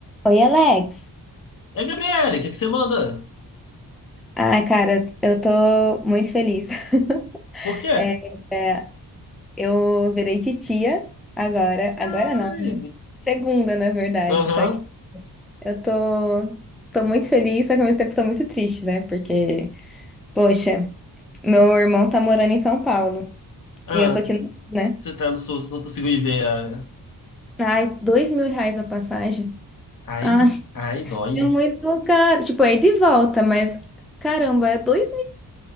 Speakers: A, in the centre; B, on the left.
A: Oi, Alex.
B: É, Gabriele, o que é que você manda?
A: Ai, cara, eu tô muito feliz. <laughs>
B: Por quê?
A: É, é, eu virei titia agora.
B: Ai.
A: Agora não, né? Segunda, na verdade.
B: Aham.
A: Só que eu tô, tô muito feliz, só que ao mesmo tempo tô muito triste, né? Porque, poxa, meu irmão tá morando em São Paulo.
B: Ah,
A: E eu tô aqui no, Rio, né?
B: você tá no susto, não consigo ir ver a.
A: Ai, dois mil reais a passagem.
B: Ai,
A: Ai,
B: ai, dói.
A: é muito caro. Tipo, é ida e volta, mas caramba, é dois